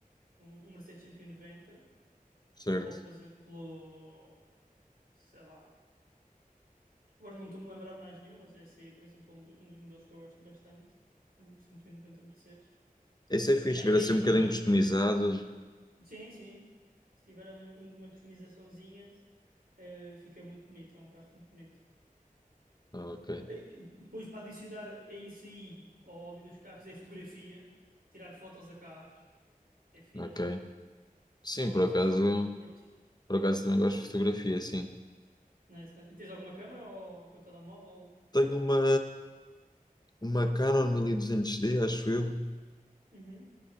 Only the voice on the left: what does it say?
certo.
Esse é fixe,
ver
assim
um bocadinho customizado.
Ah, ok,
ok. Sim,
por
acaso,
por acaso também gosto de fotografia, sim.
Tenho uma, uma Canon mil e duzentos d acho eu.